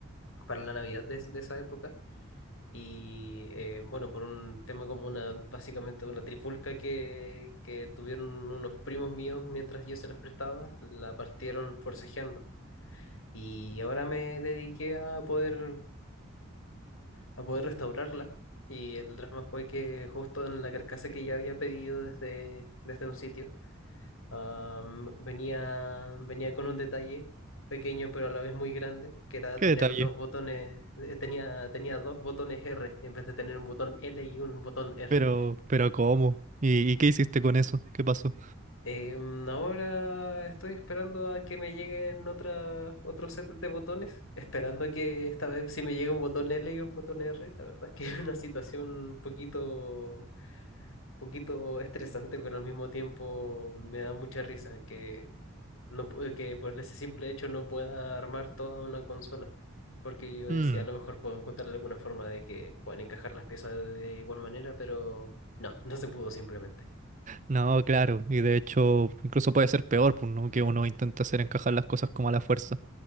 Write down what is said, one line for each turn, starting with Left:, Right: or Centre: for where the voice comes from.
Left: para la Navidad de, de esa época. Y eh, bueno, por un tema como una, básicamente una trifulca que, que tuvieron unos primos míos mientras yo se las prestaba, la partieron forcejeando. Y ahora me dediqué a poder a poder restaurarla. Y el drama fue que justo en la carcasa que ya había pedido desde, desde un sitio, am, venía, venía con un detalle pequeño pero a la vez muy grande, que era
Right: Qué
Left: tener
Right: detalle.
Left: dos botones, eh, tenía, tenía dos botones R en vez de tener un botón L y un botón R.
Right: Pero, pero ¿cómo? ¿Y, y qué hiciste con eso? ¿Qué pasó?
Left: Em, ahora estoy esperando a que me lleguen otra, otro set de botones, esperando que esta vez sí me llegue un botón L y un botón R. La verdad es que <laughs> es una situación un poquito poquito estresante, pero al mismo tiempo me da mucha risa que, no, pu- que por ese simple hecho no pueda armar toda una consola. Porque yo decía,
Right: Mm,
Left: a lo mejor puedo encontrar alguna forma de que puedan encajar las piezas de, de igual manera, pero no, no se pudo simplemente.
Right: no, claro. Y de hecho, incluso puede ser peor, pues, ¿no? Que uno intenta hacer encajar las cosas como a la fuerza.